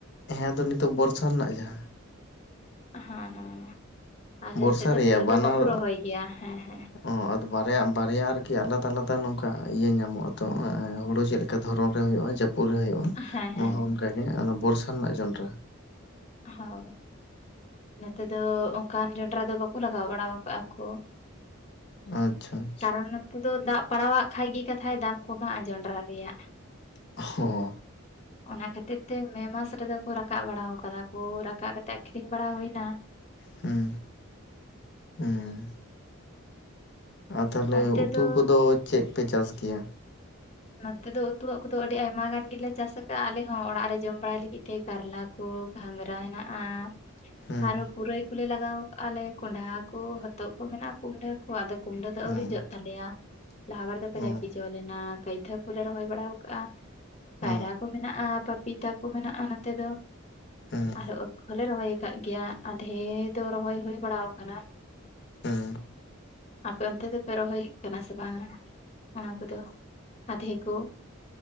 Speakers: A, on the left; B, on the left.
A: ᱦᱮᱸ ᱟᱫᱚ ᱱᱤᱛᱚᱜ ᱵᱚᱨᱥᱟ ᱨᱮᱱᱟᱜ ᱡᱟᱦᱟᱸ
B: ᱦᱮᱸ ᱦᱮᱸ ᱟᱞᱮ
A: ᱵᱚᱨᱥᱟ
B: ᱥᱮᱫ ᱫᱚ
A: ᱨᱮᱭᱟᱜ
B: ᱱᱤᱛᱳᱜ
A: ᱵᱟᱱᱟᱨ
B: ᱫᱚ ᱵᱟᱠᱚ ᱨᱚᱦᱚᱭ ᱜᱮᱭᱟ ᱦᱮᱸ ᱦᱮᱸ
A: ᱚ ᱟᱫᱚ ᱵᱟᱨᱭᱟ ᱵᱟᱨᱭᱟ ᱟᱨᱠᱤ ᱟᱞᱟᱫᱟ ᱟᱞᱟᱫᱟ ᱱᱚᱝᱠᱟ ᱤᱭᱟᱹ ᱧᱟᱢᱚᱜᱼᱟ ᱛᱚ ᱦᱩᱲᱩ ᱪᱮᱫ ᱫᱷᱚᱨᱚᱱ ᱨᱮ ᱦᱳᱭᱜᱼᱟ ᱡᱟᱹᱯᱩᱫ ᱨᱮ ᱦᱳᱭᱼᱟ
B: ᱦᱮᱸ
A: ᱱᱚᱣᱟ
B: ᱦᱮᱸ
A: ᱦᱚᱸ ᱚᱱᱠᱟᱜ ᱜᱮ ᱵᱚᱨᱥᱟ ᱨᱮᱱᱟᱜ ᱡᱚᱸᱰᱨᱟ
B: ᱦᱚᱭ ᱱᱮᱛᱮ ᱫᱚ ᱚᱱᱠᱟᱱ ᱡᱚᱱᱰᱨᱟ ᱫᱚ ᱵᱟᱠᱚ ᱞᱟᱜᱟᱣ ᱵᱟᱲᱟ ᱠᱟᱜᱼᱟ ᱠᱚ᱾
A: ᱟᱪᱪᱷᱟ ᱟᱪᱪᱷᱟ
B: ᱠᱟᱨᱚᱱ ᱱᱚᱛᱮ ᱫᱚ ᱫᱟᱜ ᱯᱟᱲᱟᱣᱟᱜ ᱠᱷᱟᱱ ᱜᱮ ᱠᱟᱛᱷᱟᱭ ᱫᱟᱢ ᱠᱚᱢᱟᱜᱼᱟ ᱡᱚᱱᱰᱨᱟ ᱨᱮᱭᱟᱜ
A: ᱦᱚᱸ
B: <inaudible> ᱚᱱᱟ ᱠᱷᱟᱹᱛᱤᱨ ᱛᱮ ᱢᱮ ᱢᱟᱥ ᱨᱮᱫᱚ ᱠᱚ ᱨᱟᱠᱟᱵ ᱵᱟᱲᱟ ᱟᱠᱟᱫᱟ ᱠᱚ ᱨᱟᱠᱟᱵ ᱠᱟᱛᱮ ᱟᱠᱷᱨᱤᱧ ᱵᱟᱲᱟ ᱦᱩᱭ ᱮᱱᱟ᱾
A: ᱦᱩᱸ ᱦᱩᱸ ᱟᱨ ᱛᱟᱦᱚᱞᱮ
B: ᱚᱱᱛᱮ
A: ᱩᱛᱩ
B: ᱫᱚ
A: ᱠᱚᱫᱚ ᱪᱮᱫ ᱯᱮ ᱪᱟᱥ ᱜᱮᱭᱟ
B: ᱱᱚᱛᱮ ᱫᱚ ᱩᱛᱩᱣᱟᱜ ᱠᱚᱫᱚ ᱟᱹᱰᱤ ᱟᱭᱢᱟ ᱜᱟᱱ ᱜᱮᱞᱮ ᱪᱟᱥ ᱟᱠᱟᱫᱟᱼᱟ ᱟᱞᱮᱦᱚ ᱚᱲᱟᱜ ᱨᱮ ᱡᱚᱢ ᱵᱟᱲᱟᱭ ᱞᱟᱹᱜᱤᱫ ᱛᱮ ᱠᱟᱨᱞᱟ ᱠᱚ ᱜᱷᱟᱜᱽᱨᱟ ᱦᱮᱱᱟᱜᱼᱟ᱾
A: ᱦᱩᱸ
B: ᱟᱨᱦᱚᱸ ᱯᱩᱨᱟᱹᱭ ᱠᱚᱞᱮ ᱞᱟᱜᱟᱣ ᱠᱟᱜᱼᱟ ᱞᱮ ᱠᱚᱸᱰᱷᱟ ᱠᱚ ᱦᱚᱛᱚᱫ ᱠᱚ ᱢᱮᱱᱟᱜᱼᱟ ᱠᱩᱸᱰᱟᱹ ᱠᱚ ᱟᱫᱚ ᱠᱩᱢᱰᱟᱹ ᱫᱚ
A: ᱦᱩᱸ
B: ᱟᱹᱣᱨᱤ ᱡᱚᱜ ᱛᱟᱞᱮᱭᱟ ᱞᱟᱦᱟ ᱵᱟᱨ ᱫᱚᱠᱚ
A: ᱚ
B: ᱡᱟᱜᱤ ᱡᱚ ᱞᱮᱱᱟ᱾ ᱠᱟᱹᱭᱛᱟᱹ ᱠᱚᱞᱮ ᱨᱚᱦᱚᱭ ᱵᱟᱲᱟ ᱟᱠᱟᱟᱜᱼᱟ ᱠᱟᱭᱨᱟ
A: ᱚ
B: ᱠᱚ ᱢᱮᱱᱟᱜᱼᱟ ᱯᱟᱯᱤᱛ ᱛᱟ ᱠᱚ ᱢᱮᱱᱟᱜᱼᱟ ᱱᱚᱛᱮ ᱫᱚ
A: ᱦᱩᱸ
B: ᱟᱨᱚ ᱦᱚᱞᱮ ᱨᱚᱦᱚᱭ ᱟᱠᱟᱫ ᱜᱮᱭᱟ ᱟᱫᱷᱮ ᱫᱚ ᱨᱚᱦᱚᱭ ᱦᱩᱭ ᱵᱟᱲᱟ ᱟᱠᱟᱱᱟ᱾
A: ᱦᱮᱸ
B: ᱟᱯᱮ ᱚᱱᱛᱮ ᱫᱚᱯᱮ ᱨᱚᱦᱚᱭᱮᱫ ᱠᱟᱱᱟ ᱥᱮ ᱵᱟᱝᱟ ᱚᱱᱟ ᱠᱚᱫᱚ? ᱟᱫᱷᱮ ᱠᱚ